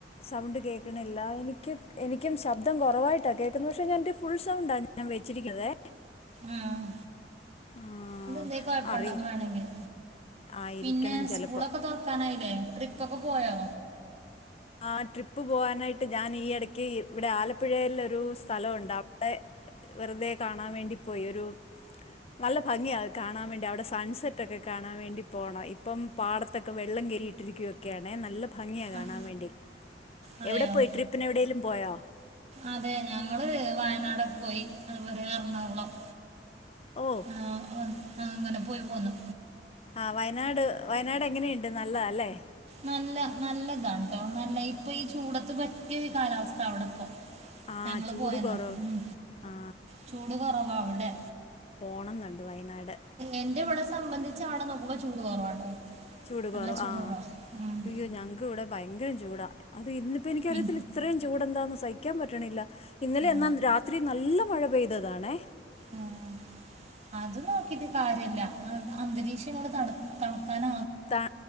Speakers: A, on the left; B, on the right.
A: സൗണ്ട് കേൾക്ക്ണില്ല എനിക്ക് എനിക്ക് ശബ്ദം കുറവായിട്ടാണ് കേൾക്ക്ന്നത് പക്ഷേ ഞാനെ എൻ്റെ ഫുൾ സൗണ്ടാണ് ഞാൻ വെച്ചിരിക്ക്ന്നതെ
B: ആഹ്
A: ആഹ്
B: അതന്ത കൊഴപ്പണ്ടവും
A: അറിയ
B: വേണമെങ്കിൽ
A: ആയിരിക്കണം
B: പിന്നെ
A: ചിലപ്പോ
B: സ്കൂളൊക്കെ തോറക്ക് ക്ക്നായില്ലേ ട്രിപ്പ ഒക്കെ പോയോ
A: ആഹ് ട്രിപ്പ് പോവാനായിട്ട് ഞാൻ ഈ ഇടക്ക് ഇവിടെ ആലപ്പുഴയിലൊരു സ്ഥലമുണ്ട് അവിടെ വെറുതെ കാണാൻ വേണ്ടി പോയി ഒരു നല്ല ഭംഗിയാണ്ത് കാണാൻ വേണ്ടി അവിടെ സൺസെറ്റ് ഒക്കെ കാണാൻ വേണ്ടി പോണം ഇപ്പം പാടത്തൊക്കെ വെള്ളം കയറിയിട്ടിരിക്കുകയൊക്കെയാണെിൽ നല്ല ഭംഗിയാണ് കാണാൻ
B: ആ
A: വേണ്ടി
B: അതെയോ
A: എവിടെ പോയി ട്രിപ്പി എവിടെലും പോയോ
B: അതെ ഞങ്ങള് വയനാടൊക്കെ പോയി അതുപോലെ എറണാകുളം
A: ഓഹ്
B: ആഹ് അങ്ങനെ പോയി പോന്നു
A: ആഹ് വയനാട് വയനാട് എങ്ങനെയ്ണ്ട് നല്ലതല്ലേ
B: നല്ല നല്ലതാട്ടോ നല്ല ഇപ്പൊ ഈ ചൂടത്ത് പറ്റിയ ഈ കാലാവസ്ഥ അവിടെ ഇപ്പ
A: ആ
B: ഞങ്ങള്
A: ചൂട്
B: പോയന്ന്
A: കുറവ്
B: ഉം
A: ആ
B: ചൂട് കുറവാ അവിടെ
A: പോണംന്നുണ്ട് വയനാട്
B: എന്റെ ഇവിടെ സംബന്ധിച്ചച്ച് ആവിടെ നോക്കുമ്പോ ചൂട് കുറവാട്ടോ
A: ചൂട്
B: നല്ല
A: കുറവ
B: ചൂട്
A: ആഹ്
B: കുറവാ ഉം.
A: അയ്യോ ഞങ്ങക്ക് ഇവിടെ ഭയങ്കരം ചൂടാ അത് ഇന്നിപ്പോ എനിക്കറിയത്തില്ല
B: പിൻ
A: ഇത്രയും ചൂട്ന്താന്ന് സഹിക്കാൻ പറ്റണില്ല ഇന്നലെ
B: ആ,
A: എന്നാ രാത്രി നല്ല മഴ പെയ്തതാണെ
B: ഉം അത് നോക്കിട്ട് കാര്യല്ല അന്തരീക്ഷം ങ്ങട്ട് ത തണുക്കാന
A: ത